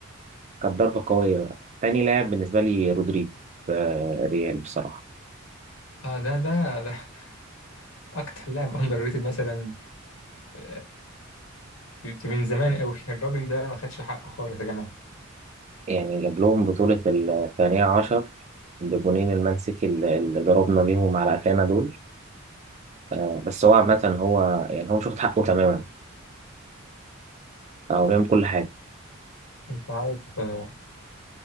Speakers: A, on the right; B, on the left.
A: كانت ضربة قوية بقى تاني لاعب بالنسبة لي رودريجو في ريال بصراحة
B: اه ده ده ده اكتر لاعب <laughs> اندر ريتد مثلا آه، من زمان قوي الراجل ده ما خدش حقه خالص يا جماعه
A: يعني جاب لهم بطولة الثانية عشر بجونين المان سيتي اللي اللي ضربنا بيهم على قفانا دول آه، بس هو عامة هو يعني هو مش واخد حقه تماما هو بيعمل كل حاجة
B: انت عارف آه،